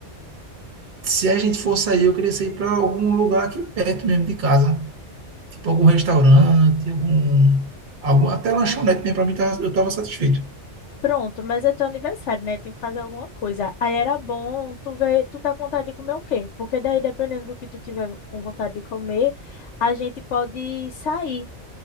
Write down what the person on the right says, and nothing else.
Se a gente for sair, eu queria sair para algum lugar aqui perto mesmo de casa. Tipo algum restaurante, algum, algum até lanchonete mesmo para mim tá- eu tava satisfeito.